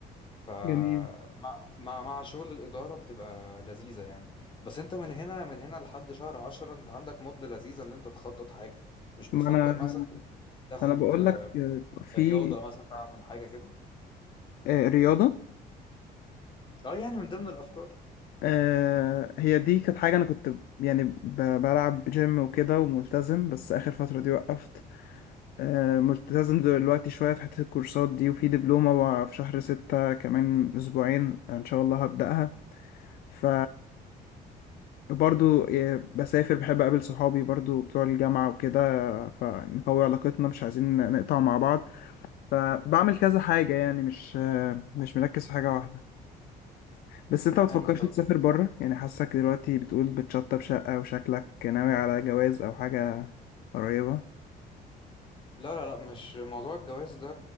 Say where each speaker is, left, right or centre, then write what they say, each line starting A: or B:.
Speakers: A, on the left (about 30°); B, on the left (about 65°).
A: فمع
B: جميل
A: مع مع شغل الإدارة بتبقى لذيذة يعني بس انت من هنا من هنا لحد شهر عشرة انت عندك مدة لذيذة اللي انت تخطط حاجة مش بتفكر
B: ما انا
A: مثلا تاخد
B: انا بقول
A: آه،
B: لك آه، في
A: رياضة مثلا تعمل حاجة كده
B: آه، رياضه
A: اه يعني من ضمن الأفكار
B: آه هي دي كانت حاجة أنا كنت يعني ب- بلعب جيم وكده وملتزم بس آخر فترة دي وقفت آه ملتزم دلوقتي شوية في حتة الكورسات دي وفي دبلومة بقى في شهر ستة كمان أسبوعين يعني إن شاء الله هبدأها ف برضو آه، بسافر بحب أقابل صحابي برضو بتوع الجامعة وكده فنقوي علاقتنا مش عايزين نقطع مع بعض فبعمل كذا حاجة يعني مش آه، مش مركز في حاجة واحدة بس انت ما بتفكرش
A: حلو حلو
B: تسافر بره يعني حاسك دلوقتي بتقول بتشطب شقة وشكلك ناوي على جواز او حاجة قريبة
A: لا لا لا مش موضوع الجواز ده